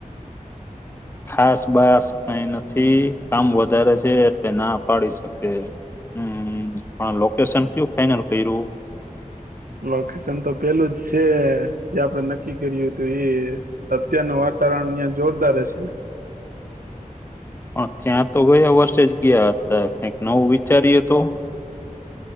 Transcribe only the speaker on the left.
ખાસ બાસ કઈ નથી કામ વધારે છે એટલે ના પાડી શકે હમ પણ લોકેશન કયુ ફાઈનલ કર્યું
પણ ત્યાં તો ગયા વર્ષે જ ગયા હતા કઈક નવું વિચારીએ તો